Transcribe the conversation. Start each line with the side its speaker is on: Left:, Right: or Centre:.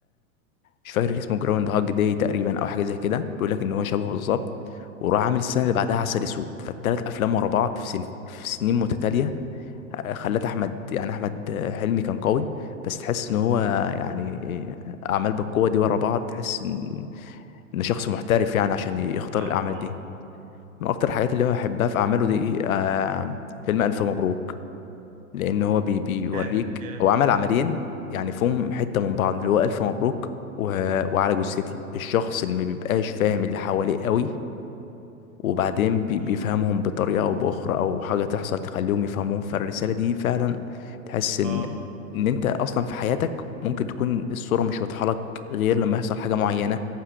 Left: مش فاكر اسمه جراوند هاج داي تقريبا أو حاجة زي كده بيقول لك إن هو شبهه بالظبط وراح عامل السنة اللي بعدها عسل أسود فالتلات أفلام ورا بعض في, سن... في سنين متتالية آه، خلت أحمد يعني أحمد آه، حلمي كان قوي بس تحس إن هو يعني آه، أعمال بالقوة دي ورا بعض تحس إن ان شخص محترف يعني عشان يختار
Right: اه
Left: الاعمال
Right: اه
Left: دي
Right: اه
Left: من اكتر الحاجات اللي انا بحبها في اعماله دي آه فيلم الف مبروك لان هو بي بيوريك
Right: جامد جامد
Left: هو عمل عملين يعني فيهم حته من بعض اللي هو الف مبروك و... وعلى جثتي الشخص اللي ما بيبقاش فاهم اللي حواليه قوي وبعدين بي-
Right: امم
Left: بيفهمهم بطريقة أو بأخرى أو حاجة تحصل تخليهم يفهموهم فالرسالة دي فعلا تحس إن
Right: اه
Left: إن أنت أصلا في حياتك ممكن تكون الصورة مش واضحة لك غير لما يحصل حاجة معينة